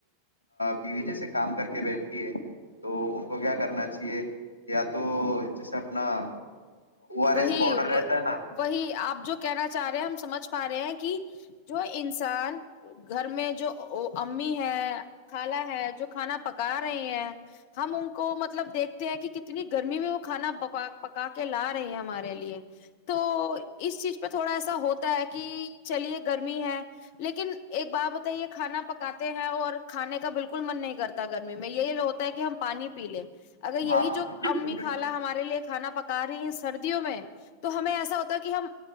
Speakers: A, on the right; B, on the left.
A: بیوی جیسے کام کر کے بیٹھی ہے تو ان کو کیا کرنا چاہیے یا تو جیسے اپنا او آر
B: وہی
A: ایس پاؤڈر رہتا ہے نا
B: وہی آپ جو کہنا چاہ رہے ہیں ہم سمجھ پا رہے ہیں کہ جو انسان گھر میں جو امی ہے خالا ہے جو کھانا پکا رہے ہیں ہم ان کو مطلب دیکھتے ہیں کہ کتنی گرمی میں وہ کھانا پا پکا کے لا رہ رہ ہمارے لیے تو اس چیز پہ تھوڑا ایسا ہوتا ہے کہ چلیے گرمی ہے لیکن ایک بات بتائیے کھانا پکاتے ہیں اور کھانے کا بالکل من نہیں کرتا گرمی میں یہ ہوتا ہے کہ ہم پانی پی لیں اگر یہی
A: ہاں
B: جو
A: بالکل
B: امی
A: بالکل
B: خالا ہمارے لیے کھانا پکا رہی ہیں سردیوں میں تو ہمیں ایسا ہوتا ہے کہ ہم